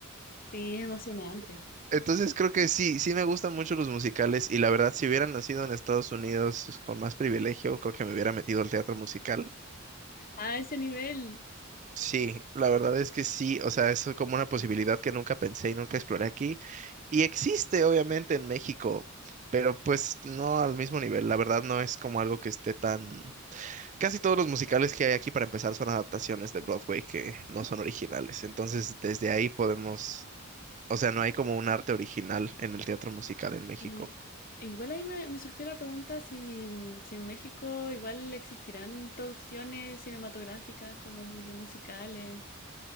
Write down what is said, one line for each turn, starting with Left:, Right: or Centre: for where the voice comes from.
Left: Sí, es emocionante.
Right: <laughs> Entonces creo que sí, sí me gustan mucho los musicales y la verdad, si hubiera nacido en Estados Unidos con más privilegio, creo que me hubiera metido al teatro musical.
Left: A ese nivel.
Right: Sí, la verdad es que sí, o sea, es como una posibilidad que nunca pensé y nunca exploré aquí. Y existe obviamente en México, pero pues no al mismo nivel. La verdad no es como algo que esté tan casi todos los musicales que hay aquí para empezar son adaptaciones de Broadway que no son originales. Entonces, desde ahí podemos, o sea, no hay como un arte original en el teatro musical en México.
Left: Y e igual ahí me, me surgió la pregunta si, mm, si en México igual existirán producciones cinematográficas como de musicales